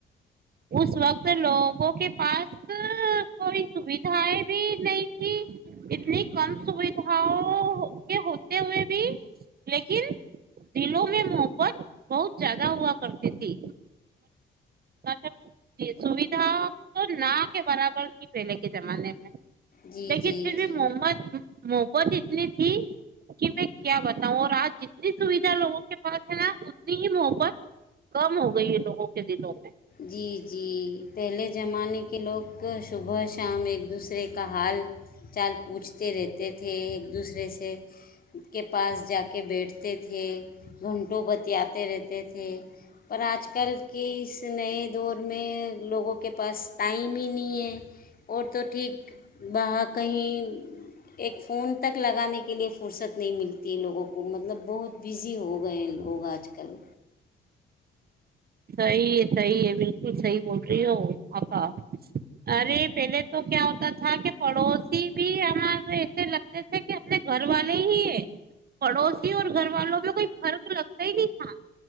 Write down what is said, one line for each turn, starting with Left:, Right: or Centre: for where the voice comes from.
Right: اس وقت لوگوں کے پاس کوئی سوھائیں بھی نہیں تھی اتنی کم سوھاؤ کے ہوتے ہوئے بھی لیکن دلوں میں محبت بہت زیادہ ہوا کرتی تھی مطلب سویدھا تو نہ کے برابر تھی پہلے کے زمانے میں
Left: جی
Right: لیکن
Left: جی
Right: پھر
Left: جی
Right: بھی محمت محبت اتنی تھی کہ میں کیا بتاؤں اور آج جتنی سویدھا لوگوں کے پاس ہے نا اتنی ہی محبت کم ہو گئی ہے لوگوں کے دنوں میں
Left: جی جی پہلے زمانے کے لوگ صبح شام ایک دوسرے کا حال چال پوچھتے رہتے تھے ایک دوسرے سے کے پاس جا کے بیٹھتے تھے گھنٹوں بتیاے رہتے تھے پر آج کل کے اس اس سے نئے دور میں لوگوں کے پاس ٹائم ہی نہیں ہے اور تو ٹھیک وہاں کہیں ایک فون تک لگانے کے لیے فرصت نہیں ملتی ہے لوگوں کو مطلب بہت بزی ہو گئے ہیں لوگ آج کل
Right: صحیح ہے صحیح ہے بالکل صحیح بول رہی ہو آکا ارے پہلے تو کیا ہوتا تھا کہ پڑوسی بھی ہمارے ایسے لگتے تھے کہ اپنے گھر والے ہی ہے پڑوسی اور گھر والوں میں کوئی فرق لگتا ہی نہیں تھا